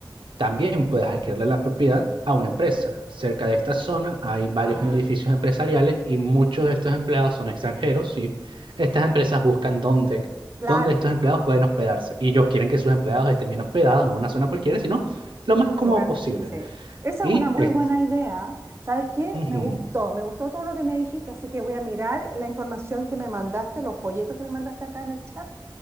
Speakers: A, on the right; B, on the right.
A: también puedes adquirirle la propiedad a una empresa. Cerca de esta zona hay varios
B: Ah,
A: edificios empresariales y muchos de estos empleados son extranjeros, ¿sí? Estas empresas buscan dónde,
B: claro.
A: dónde estos empleados pueden hospedarse y ellos quieren que sus empleados estén bien hospedados, no en una zona cualquiera, sino lo más cómodo
B: Lugar.
A: posible.
B: Sí. Esa
A: Y
B: es una muy
A: este,
B: buena idea. ¿Sabes qué?
A: Ujú.
B: Me gustó, me gustó todo lo que me dijiste, así que voy a mirar la información que me mandaste, los folletos que me mandaste acá en el chat.